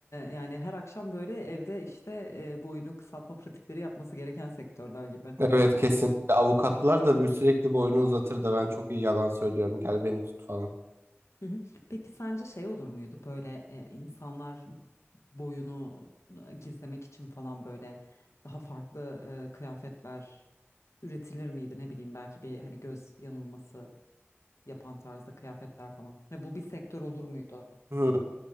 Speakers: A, on the left; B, on the right.
A: yani her akşam böyle evde işte eee boyunu kısaltma pratikleri yapması gereken sektörler gibi
B: Evet
A: olurdu.
B: kesinlikle. Avukatlar da bir sürekli boyunu uzatır da ben çok iyi yalan söylüyorum. Gel beni tut falan.
A: Hı hı. Peki sence şey olur muydu böyle e, insanlar boyunu e, gizlemek için falan böyle daha farklı e, kıyafetler üretilir miydi ne bileyim belki bir hani göz yanılması yapan tarzda kıyafetler falan. Hani bu bir sektör olur muydu?
B: Hmm.